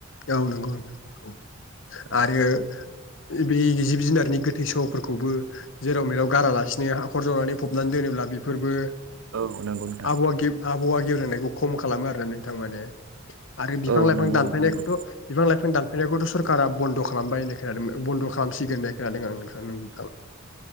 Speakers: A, on the left (about 60°); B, on the right (about 75°).
A: औ नंगौ नोंथां।
B: औ
A: आरो बे जिब-जुनारनि गोथै-सहफोरखौबो जेराव मेराव गारालासिनो हाखर जावनानै फबनानै दोनोब्ला बेफोरबो
B: औ नंगौ नोंथां
A: आबहावा गे आबहावा गेब्रेंनायखौ खम खालामो आरो ना नोंथां माने आरो बिफां-लाइफां
B: औ नंगौ
A: दानफायनायखौ
B: नोंथां नंगौ
A: बिफां-लाइफां दानफायनायखौथ' सरकारा बन्द' खालामबाय होननाय खोनादों बन्द' खालामसिगोन होननाय खोनादों आं नोंथां।